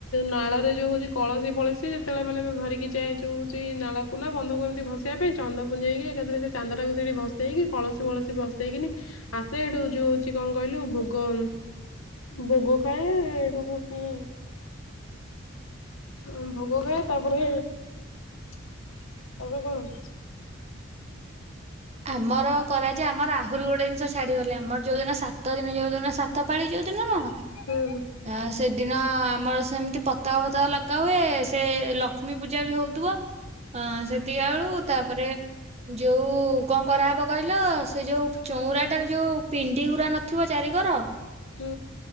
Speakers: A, on the left; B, on the right.
A: ନାଳରେ ଯୋଉ ହଉଚି କଳସୀ ଫଳସୀ ଯେତେବେଳେ ମାନେ ଧରିକି ଯାଏ ଯୋଉ ସେଇ ନାଳକୁ ନା ବନ୍ଧକୁ ଏମିତି ଭସେଇବା ପାଇଁ ଚାନ୍ଦ ପୁ୍ଜେଇକି ଏକାଥରେ ସେ ଚାନ୍ଦଟାକୁ ସେଠି ଭସେଇକି କଳସୀ ଫଳସୀ ଭ ସେଇକିନି ଆସେ ହେଠୁ ଯୋଉ ହଉଚି କଣ କହିଲୁ ଭୋଗ ଭୋଗ ଖାଏ ହେଠୁ ଫଣି ହୁଁ ଭୋଗ ହୁଏ ତାପରେ ତାପରେ କଣ
B: ଆମର କରାଯାଏ ଆମର ଆହୁରି ଗୋଟେ ଜିନିଷ ଛାଡିଗଲେ ଆମର ଯୋଉ ଦିନ ସାତ ଦିନ ଯୋଉ ଦିନ ସାତ ପାଳି ଯୋଉ ଦିନ <unintelligible> ନା
A: ହୁଁ ହୁଁ।
B: ଆ ସେଦିନ ଆମର ସେମିତି ପତାକା ଫତାକା ଲଗା ହୁଏ ସେ ଲକ୍ଷ୍ମୀ ପୂଜା ବି ହଉଥିବ। ହଁ ସେତିକବାଳୁ ତାପରେ ଯୋଉ କଣ କରାହେବ କହିଲ ସେ ଯୋଉ ଚଁଉରାଟାରେ ଯୋଉ ପିଣ୍ଡିଉରା ନଥିବ ଚାରିକର
A: ହୁଁ।